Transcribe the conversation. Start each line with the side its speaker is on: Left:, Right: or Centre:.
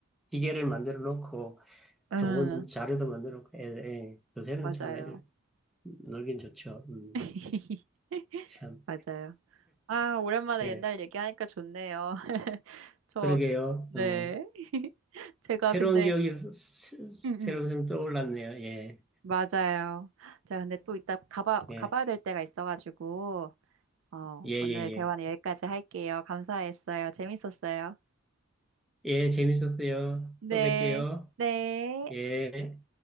Centre: 기계를 만들어 놓고
Right: 음,
Centre: 좋은 자료도 만들었고, 애, 예. 요새는
Right: 맞아요.
Centre: 참 애들 놀긴 좋죠. 음,
Right: <laughs>
Centre: 참,
Right: 맞아요. 아, 오랜만에
Centre: 예.
Right: 옛날 얘기하니까 좋네요. <laughs> 저,
Centre: 그러게요.
Right: 네.
Centre: 어,
Right: <laughs> 제가
Centre: 새로운
Right: 근데,
Centre: 기억이 스- 스-
Right: 음,
Centre: 새록새록
Right: 음.
Centre: 떠올랐네요. 예,
Right: 맞아요. 자, 근데 또 이따 가봐,
Centre: 예,
Right: 가봐야 될 때가 있어가지고, 어,
Centre: 예,
Right: 오늘
Centre: 예, 예.
Right: 대화는 여기까지 할게요. 감사했어요. 재밌었어요.
Centre: 예, 재밌었어요.
Right: 네.
Centre: 또 뵐게요.
Right: 네.
Centre: 예.